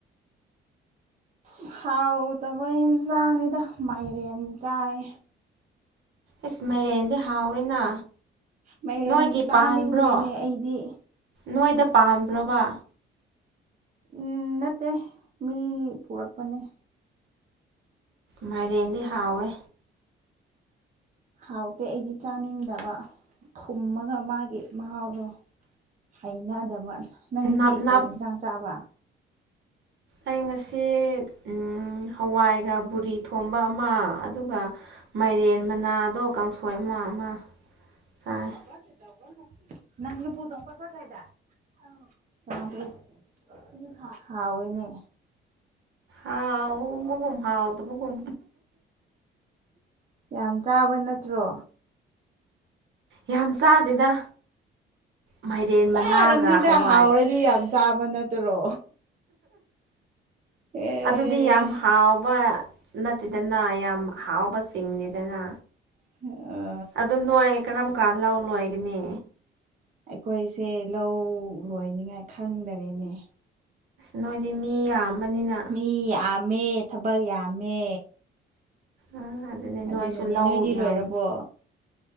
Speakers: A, on the right; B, on the right.
A: ꯑꯁ ꯍꯥꯎꯇꯕ ꯏꯪꯖꯥꯡꯅꯤꯗ ꯃꯥꯏꯔꯦꯟ ꯆꯥꯏ
B: ꯏꯁ ꯃꯩꯔꯦꯟꯗꯤ ꯍꯥꯎꯋꯤꯅ
A: ꯃꯩꯔꯦꯟ
B: ꯅꯣꯏꯒꯤ
A: ꯆꯥꯅꯤꯡꯗꯦꯅꯦ
B: ꯄꯥꯟꯕ꯭ꯔꯣ
A: ꯑꯩꯗꯤ
B: ꯅꯣꯏꯗ ꯄꯥꯟꯕ꯭ꯔꯕꯥ
A: ꯎꯝ ꯅꯠꯇꯦ ꯃꯤ ꯄꯨꯔꯛꯄꯅꯦ
B: ꯃꯥꯏꯔꯦꯟꯗꯤ ꯍꯥꯎꯋꯦ
A: ꯍꯥꯎꯇꯦ ꯑꯩꯗꯤ ꯆꯥꯅꯤꯡꯗꯕ ꯊꯨꯝꯃꯒ ꯃꯥꯒꯤ ꯃꯍꯥꯎꯗꯣ ꯍꯩꯅꯗꯕ ꯅꯪꯗꯤ
B: ꯅꯞ
A: ꯀꯔꯤ
B: ꯅꯞ
A: ꯏꯪꯖꯥꯡ ꯆꯥꯕ
B: ꯑꯩ ꯉꯁꯤ ꯑꯝ ꯍꯋꯥꯏꯒ ꯕꯨꯔꯤ ꯊꯣꯡꯕ ꯑꯃ ꯑꯗꯨꯒ ꯃꯥꯏꯔꯦꯟ ꯃꯅꯥꯗꯣ ꯀꯥꯡꯁꯣꯏ ꯑꯃ ꯑꯃ ꯆꯥꯏ
A: <unintelligible> <unintelligible> ꯍꯥꯎꯋꯦꯅꯦ
B: ꯍꯥꯎꯕꯒꯨꯝ ꯍꯥꯎꯇꯕꯒꯨꯝ
A: ꯌꯥꯝ ꯆꯥꯕ ꯅꯠꯇ꯭ꯔꯣ
B: ꯌꯥꯝ ꯆꯥꯗꯦꯗ ꯃꯩꯔꯦꯟ
A: ꯆꯥꯔꯝꯅꯤꯗ
B: ꯃꯅꯥꯒ ꯍꯋꯥꯏ
A: ꯍꯥꯎꯔꯗꯤ ꯌꯥꯝ ꯆꯥꯕ ꯅꯠꯇ꯭ꯔꯣ ꯑꯦ
B: ꯑꯗꯨꯗꯤ ꯌꯥꯝ ꯍꯥꯎꯕ ꯅꯠꯇꯦꯗꯅ ꯌꯥꯝ ꯍꯥꯎꯕ ꯆꯤꯡꯗꯦꯗꯅ
A: <unintelligible>
B: ꯑꯗꯣ ꯅꯣꯏ ꯀꯔꯝ ꯀꯥꯟ ꯂꯧ ꯂꯣꯏꯒꯅꯤ
A: ꯑꯩꯈꯣꯏꯁꯦ ꯂꯧ ꯂꯣꯏꯅꯤꯉꯥꯏ ꯈꯪꯗꯔꯦꯅꯦ
B: ꯅꯣꯏꯗꯤ ꯃꯤ ꯌꯥꯝꯕꯅꯤꯅ
A: ꯃꯤ ꯌꯥꯝꯃꯦ ꯊꯕꯛ ꯌꯥꯝꯃꯦ
B: ꯑꯥ ꯑꯗꯨꯅꯤ
A: ꯑꯗꯨꯅꯅꯦ
B: ꯅꯣꯏꯁꯨ ꯂꯧ
A: ꯅꯣꯏꯗꯤ
B: ꯌꯥꯝ
A: ꯂꯣꯏꯔꯕꯣ